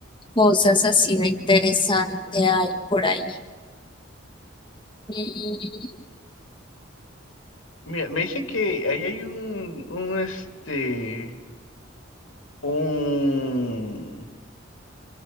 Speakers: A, on the left; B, on the left.
A: cosas así de interesante hay por ahí? Mm,
B: Mira, me dicen que ahí hay un, un este, un,